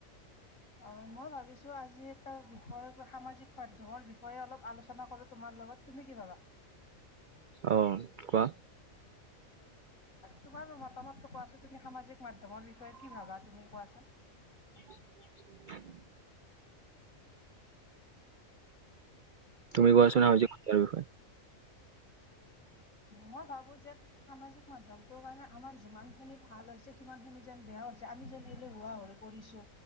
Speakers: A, on the left (about 75°); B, on the right (about 90°).
A: অঁ মই ভাবিছোঁ আজি এটা বিষয়ৰ সামাজিক মাধ্যমৰ বিষয়ে অলপ আলোচনা কৰোঁ তোমাৰ লগত। তুমি কি ভাবা?
B: অঁ কোৱা।
A: তোমাৰ মতামতটো কোৱাচোন তুমি সামাজিক মাধ্যমৰ বিষয়ে কি ভাবা তুমি কোৱাচোন?
B: <unintelligible> তুমি কোৱাচোন <unintelligible> বিষয়
A: মই ভাবো যে সামাজিক মাধ্যমটোৰ মানে আমাৰ যিমান খিনি ভাল হৈছে সিমান খিনি যেন বেয়া হৈছে, আমি যেন এলেহুৱা হৈ পৰিছো,